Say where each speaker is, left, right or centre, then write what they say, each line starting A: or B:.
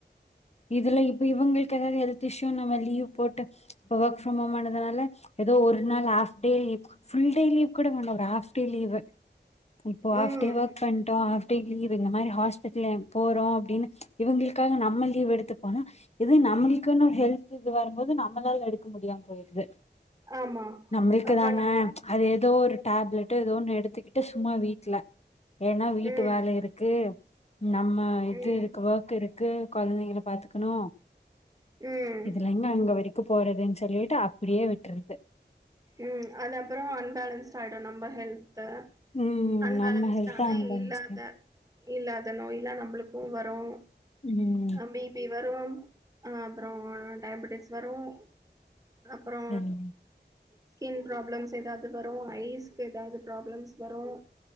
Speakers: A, on the left; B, on the right.
A: இதுல இப்ப இவுங்களுக்கு ஏதாவது ஹல்த் இஷ்யுனு நம்ம லீவ் போட்டு இப்ப ஒர்க் ஃப்ரம் ஹோம் ஆனதுனால ஏதோ ஒரு நாள் half day leave full day leave கூட வேணா ஒரு ஹாஃப் டே லீவ்வு இப்போ ஹாஃப்
B: ம்
A: டே ஒர்க் பண்ட்டோ ஹாஃப் டே லீவு இந்த மாரி ஹாஸ்பிட்லு போறோ அப்டின்னு இவுங்குளுக்காக நம்ம லீவ் எடுத்து போனு இதே நம்முளுக்குன்னு ஹெல்த்து இது வரும் போது நம்மளால எடுக்க முடியாம போய்ர்து
B: ஆமா
A: நம்ளுக்கு
B: அப்ப
A: தான
B: நம்ம
A: அது எதோ ஒரு டாப்லெட்டு எதோண்ணு எடுத்துக்கிட் டு சும்மா வீட்ல ஏனா வீட்டு
B: ம்
A: வேல இருக்கு நம்ம இதுருக்
B: ம்
A: வோர்க் இருக்கு கொழந்தைங்கள பாத்துக்கணு
B: ம்
A: இதுல எங்க அங்க வரிக் த்து போறதுன் சொல்லிட்டு அப்டியே விட்றது
B: ம் அது அப்றோ அன்பேலன்ஸ்ட் ஆய்டும நம்ப ஹெல்த்து
A: ம்
B: அன்பேலன்ஸ்ட்டானா
A: நம்ம ஹெல்த் அன்பன்ஸ்டு
B: இல்லாத இல்லாத நோய்லா நம்புளுக்கும் வரும்
A: ம்
B: அ பீ பி வரும் அப்பறோ ஆ டயபெட்டிஸ் வரும் அப்பறோ
A: ம் ம்
B: ஸ்கின் ப்ராப்ளம்ஸ் எதாது வரும் ஐஸ்க்கு எதாது ப்ராப்ளம்ஸ் வரும்